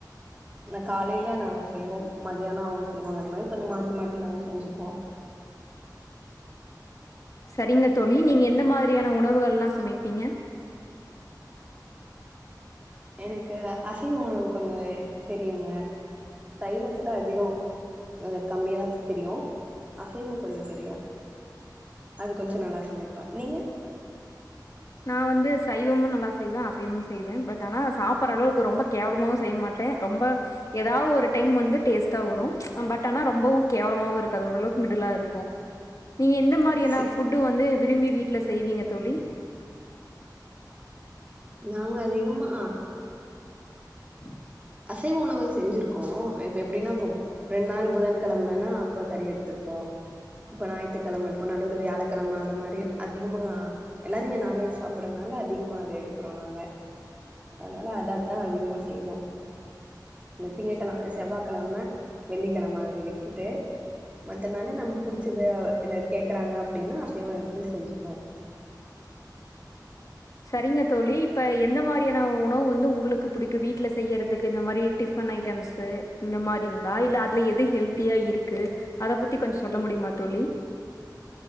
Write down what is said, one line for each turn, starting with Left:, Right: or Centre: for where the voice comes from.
Right: ந காலையில நாங்க செய்வோ மதியானோ அவங்க செய்வாங்க அந்த மாரி கொஞ்ச மாத்தி மாத்தி நாங்க செஞ்சுப்போ
Left: சரிங்க தோழி நீங்க எந்த மாரியான உணவுகள்லா சமைப்பீங்க
Right: எனக்கு அசைவ உணவு கொஞ்ச தெரியுங்க சைவத்துல அதிகொ அ கம்மியதா தெரியு அசைவம் கொஞ்ச தெரியு அது கொஞ்ச நல்லா சமைப்ப நீங்க
Left: நா வந்து சைவமு நல்லா செய்வே அசைவமு செய்வே பட் ஆனா சாப்புட்ற அளவுக்கு ரொம்ப கேவலமாவு செய்ய மாட்டே ரொம்ப ஏதா ஒரு டைம் வந்து டேஸ்ட்டா வரு பட் ஆனா ரொம்பவு கேவலமாவு இருக்காது ஓரளவுக்கு மிடுலா இருக்கு நீங்க எந்த மாரியானா
Right: செ
Left: ஃபுட்டு வந்து விரும்பி வீட்ல செய்வீங்க தோழி?
Right: நாங்க அதிகமா
Left: உ
Right: அசைவ உணவு செஞ்சிருக்கோ இப்ப எப்டின்னா இப்போ ரெண்டு நாள் புதன்கெழமன்னா அப்ப கறி எடுத்துப்போ இப்ப ஞாயி்த்துக்கெழம இப்போ நடுவுல வியாழக்கெழம அந்த மாரி அதிகமா எல்லாரு இங்க நான்வெஜ் சாப்புட்றனால அதிகமா அத எடுக்குறோ நாங்க அதனால அத தா அதிகமா செய்வோ இந்த திங்க கெழ செவ்வா கெழம வெள்ளிக்கெழமற விக்கிட்டு மத்த நாள்ல நம்ம புடிச்சது இல்ல கேக்குறாங்க அப்டின்னா அசைவொ எடுத்து செஞ்சுப்போ
Left: சரிங்க தோழி இப்ப எந்த மா ரியான உணவு வந்து உங்களுக்கு புடிக்கு வீட்டுல செய்யறதுக்கு இந்த மாரி டிஃபன் ஐட்டம்ஸ்ஸு இந்த மாரிங்க்ளா இல்ல அதுல எது ஹெல்த்தியா இருக்கு அத பத்தி கொஞ்ச சொல்ல முடியுமா தோழி